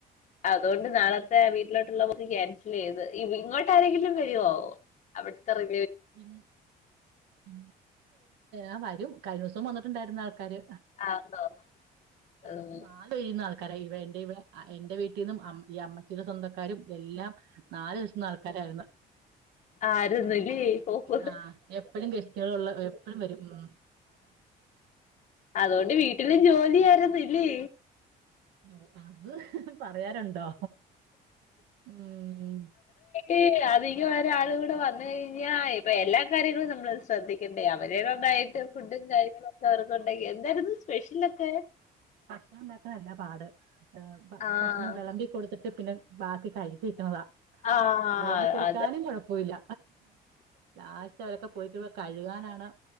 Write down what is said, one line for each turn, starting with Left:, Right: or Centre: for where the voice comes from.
Left: അതുകൊണ്ട് നാളത്തെ വീട്ടിലോട്ട് ഇള്ള പോക്ക് കേൻസലെയ്ത് ഇങ്ങോട്ടാരെങ്കിലും വരുവോ അവിടത്തെ റി
Right: ഉം ഉം ആഹ് വരും കഴിഞ്ഞുസം വന്നിട്ടുണ്ടായിര്ന്നു ആൾക്കാര്
Left: ആന്നോ
Right: കഴിഞ്ഞ
Left: ഉം
Right: ദിവസം നാല് വിരുന്ന് ആൾക്കാരായി എന്റെ ഇവളെ എന്റെ വീട്ടിന്നും അമ്മ ഈ അമ്മച്ചിയുടെ സ്വന്തക്കാരും എല്ലാം നാല് വശ്തിന്നൾക്കാരായ്രുന്നു.
Left: ആരുന്ന് <unintelligible>
Right: ആ എപ്പഴും ഗസ്റ്റുകളുള്ള എപ്പഴും വരും ഉം
Left: അതുകൊണ്ട് വീട്ടിലും ജോലി ആരുന്നില്ലേ?
Right: നോ അത് പറയാരുണ്ടോ ഉം
Left: ഏയ് അത് ഇയൊരാള് കൂടെ വന്ന് കഴിഞ്ഞാ ഇപ്പൊ എല്ലാ കാര്യങ്ങളും നമ്മൾ സ് ശ്രദ്ധിക്കെണ്ടേ അവരെ നന്നായിട്ട്
Right: ആ
Left: ഫുഡും കാര്യങ്ങളൊക്കെ അവർക്കുണ്ടെങ്കി എന്തായ്രുന്നു സ്പെഷ്യൽ ഒക്കെ.
Right: ഭക്ഷണംണ്ടാക്കനല്ല പാട് ഏഹ് ഭ
Left: ആഹ്
Right: ഭക്ഷണം വെളമ്പി കൊടുത്തിട്ട് പിന്നെ ബാക്കി കഴപ്പിക്കണതാ
Left: ആഹ്
Right: വെളമ്പി കൊടുക്കാനും
Left: അതാ
Right: കൊഴപ്പൂല്ല ലാസ്റ്റ് അവരൊക്കെ പോയിട്ടടെ കഴുകാനാണ്